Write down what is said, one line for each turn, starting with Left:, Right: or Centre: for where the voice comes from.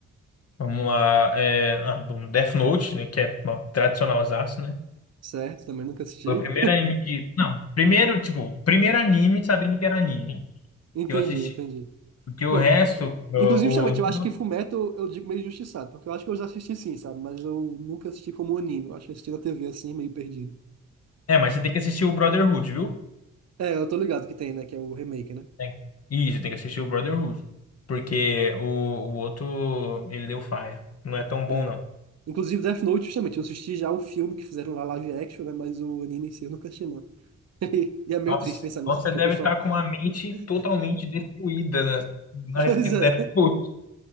Left: vamos lá, é, ah, bom, Death Note, né, que é, bom, tradicionalzaço, né?
Right: Certo, também nunca assisti.
Left: Foi o primeiro anime que, não, primeiro, tipo, primeiro anime sabendo que era anime
Right: Entendi,
Left: que eu assisti.
Right: entendi.
Left: Porque o
Right: Pronto,
Left: resto, o,
Right: Inclusive, justamente,
Left: o-
Right: eu acho que Fullmetal eu digo meio injustiçado, porque eu acho que eu já assisti sim, sabe? Mas eu nunca assisti como anime, eu acho que eu assisti na TV assim, meio perdido.
Left: é, mas você tem que assistir o Brotherhood, viu?
Right: É, eu tô ligado que tem, né? Que é o remake, né?
Left: Tem- Isso, tem que assistir o Brotherhood. Porque o, o outro, ele deu faia. Não é tão bom,
Right: É.
Left: não.
Right: Inclusive, Death Note, justamente, eu assisti já o filme que fizeram lá live action, né? Mas o anime em si eu nunca assisti, não. <laughs> E é meio
Left: Nossa,
Right: triste pensar
Left: então
Right: nisso,
Left: você
Right: porque
Left: deve
Right: o pessoal.
Left: estar com uma mente
Right: <laughs>
Left: totalmente destruída na, a respeito
Right: Pois é,
Left: do Deathloop.